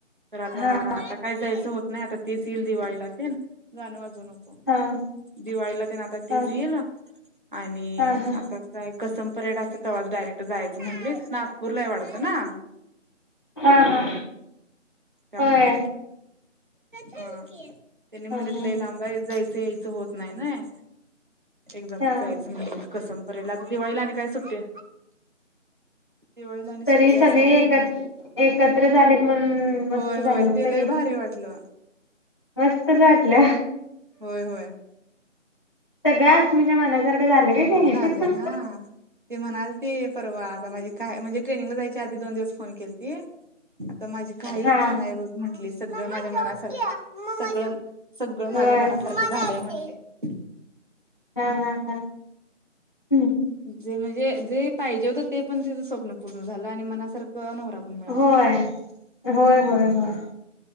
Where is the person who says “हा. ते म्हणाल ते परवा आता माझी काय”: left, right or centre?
Right